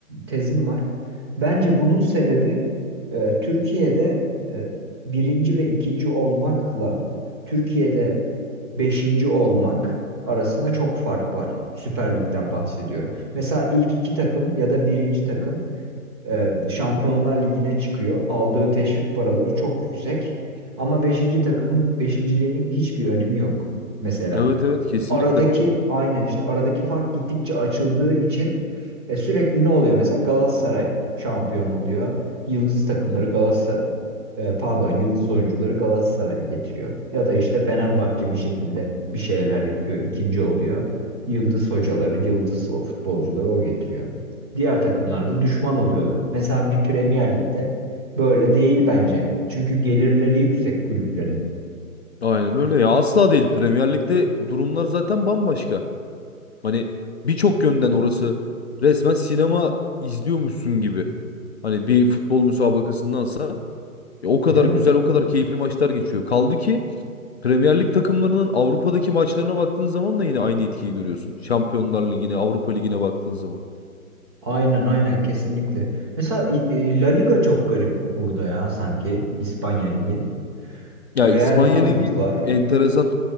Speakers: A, on the right; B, on the left.
A: tezim var. Bence bunun sebebi e, Türkiye'de e, birinci ve ikinci olmakla Türkiye'de beşinci olmak arasında çok fark var. Süper Lig'den bahsediyorum. Mesela ilk iki takım ya da birinci takım e, Şampiyonlar Ligi'ne çıkıyor. Aldığı teşvik paraları çok yüksek. Ama beşinci takımın beşinciliğinin hiçbir önemi yok. Mesela
B: Evet evet kesinlikle.
A: aradaki aynen işte aradaki fark gittikçe açıldığı için e, sürekli ne oluyor? Mesela Galatasaray şampiyon oluyor. Yıldız takımları Galatasaray e, pardon yıldız oyuncuları Galatasaray getiriyor. Ya da işte Fenerbahçe bir şekilde bir şeyler yapıyor, ikinci oluyor. Yıldız hocaları, yıldız o futbolcuları o getiriyor. Diğer takımlar da düşman oluyorlar. Mesela bir Premier Lig'de böyle değil bence. Çünkü gelirleri yüksek kulüplerin.
B: Aynen öyle ya. Asla değil Premier Lig'de durumlar zaten bambaşka. Hani birçok yönden orası resmen sinema izliyormuşsun gibi. Hani bir futbol müsabakasındansa Ya o kadar
A: Değil
B: güzel,
A: mi?
B: o kadar keyifli maçlar geçiyor. Kaldı ki Premier Lig takımlarının Avrupa'daki maçlarına baktığın zaman da yine aynı etkiyi görüyorsun. Şampiyonlar Ligi'ne, Avrupa Ligi'ne baktığın zaman.
A: Aynen aynen kesinlikle. Mesela e, e, La Liga çok garip burada ya sanki İspanya Ligi.
B: Ya
A: Real
B: İspanya
A: Madrid
B: Ligi
A: var.
B: enteresan.